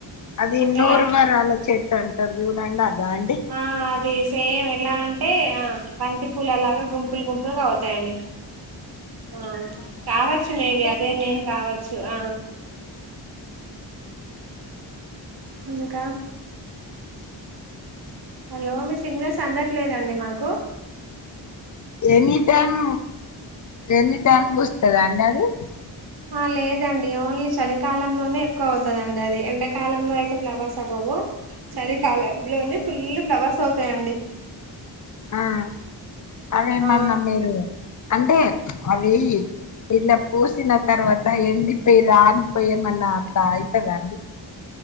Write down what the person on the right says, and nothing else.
ఎలా
ఆ అది సేమ్ ఎలా అంటే ఆ బంతి పూల లాగా గుంపులు గుంపులు కావచ్చు తండి ఆ
కావచ్చు
మేబి
అదే నేమ్ కావచ్చు ఆ హస్ ఇంకా హలో మీ సిగ్నల్స్ అందట్లేదండి మాకు.
ఆ లేదండి ఓన్లీ చలికాలంలోనే ఎక్కువ అవుతందండి అది ఎండాకాలంలో అయితే ఫ్లవర్స్ అవ్వవు. చలికాలంలోనే ఫుల్ ఫ్లవర్స్ అవుతాయండి
ఆ